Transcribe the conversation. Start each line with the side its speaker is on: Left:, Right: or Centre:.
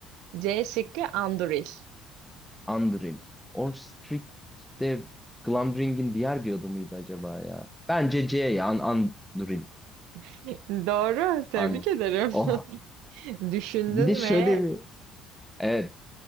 Right: C şıkkı Anduril.
Centre: Anduril. Orcstric de Glambrink'in diğer bir adı mıydı acaba ya? Bence C ya. An Anduril.
Right: <laughs> Doğru. Tebrik
Centre: An
Right: ederim.
Centre: oh.
Right: <laughs> Düşündün
Centre: Bir de şöyle
Right: ve
Centre: bir... Evet.